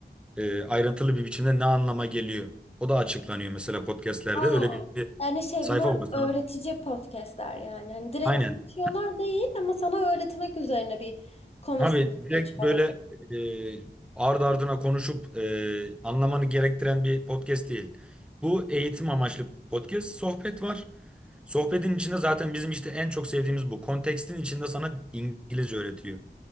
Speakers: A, in the centre; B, on the left (about 35°).
A: e, ayrıntılı bir biçimde ne anlama geliyor. O da açıklanıyor mesela podcast'lerde.
B: Aa,
A: Öyle bir, bir
B: yani şey
A: sayfa
B: bunlar
A: var
B: öğretici
A: sana.
B: podcastler yani. Hani direkt
A: Aynen.
B: konuşuyorlar değil ama sana öğretmek üzerine bir conversation
A: Abi direkt
B: geçiyor
A: böyle
B: aralarında.
A: e, ardı ardına konuşup e, anlamanı gerektiren bir podcast değil. Bu eğitim amaçlı podcast, sohbet var. Sohbetin içinde zaten bizim işte en çok sevdiğimiz bu. Kontekstin içinde sana İngilizce öğretiyor.